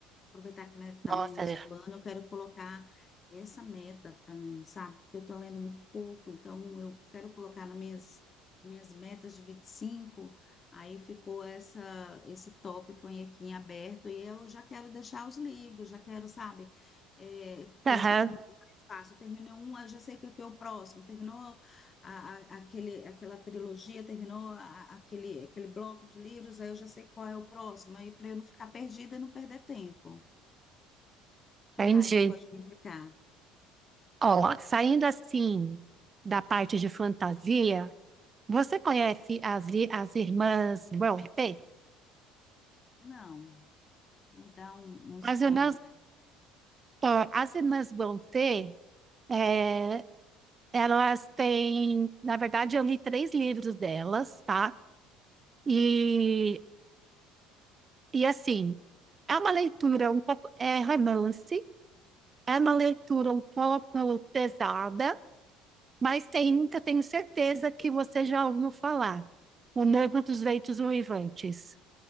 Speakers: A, on the left (about 35°); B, on the right (about 30°).
A: aproveitar que, né, tá
B: Nossa,
A: no início
B: né?
A: do ano, eu quero colocar essa meta para mim, sabe? Porque eu tô lendo muito pouco, então eu quero colocar nas minhas, minhas metas de vinte e cinco aí ficou essa, esse tópico aí aqui em aberto, e eu já quero deixar os livros, já quero, sabe? É, que
B: Aham,
A: aí fica mais fácil. Terminou um, eu já sei que aqui é o próximo. Terminou a, a- aquele, aquela trilogia, terminou a- aquele, aquele bloco de livros, aí eu já sei qual é o próximo, aí para eu não ficar perdida e não perder tempo. Que
B: entendi.
A: mais você pode me indicar?
B: Ó, saindo assim da parte de fantasia, você conhece as, i- as irmãs Brontë?
A: Não, me dá um, um spoiler
B: As irmãs,
A: aí.
B: ó, as irmãs Brontë, é, elas têm, na verdade, eu li três livros delas, tá? E, e assim, É uma leitura um pouco, é romance, é uma leitura um pouco pesada, mas
A: Uhum.
B: ainda tenho certeza que você já ouviu falar. O Novo dos Ventos Uivantes.